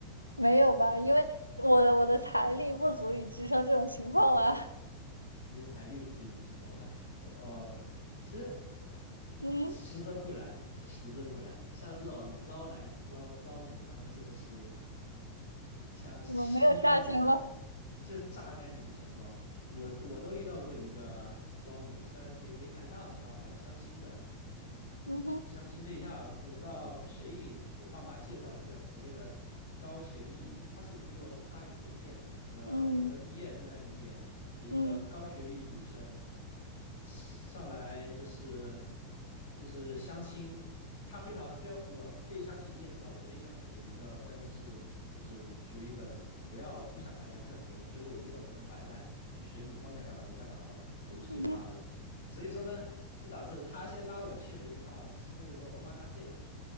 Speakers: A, on the right; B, on the left.
A: 没有吧？因为我的我的财力不足以支撑这种情况啊。
B: 你的财力不足以支撑，我还我哦，其实
A: <laughs> 嗯，
B: 实则不然，实则不然，像这种捞男捞捞女，他们真的是想吸干你的，
A: 我没有下限了。
B: 就就榨干你的钱包。我我都遇到过一个捞女，虽然没没谈上，你知道吧，相亲的。
A: 嗯哼，
B: 相亲对象，我不知道谁给我爸妈介绍了个所谓的高学历，她是比我大一点点，那个本科毕业正在读研的一个高学历女生，
A: 嗯嗯
B: 上来就是就是相亲，她非常，因为我对于相亲你也知道，我对于相亲的一个观念是，就是属于一个不要不想谈恋爱不想结婚，所以说我对这种就很摆烂，就选女方想干嘛就干嘛吧，我就随她了。
A: 嗯哼
B: 所以说呢，就导致他先拉我去了一趟吃了个 omakase，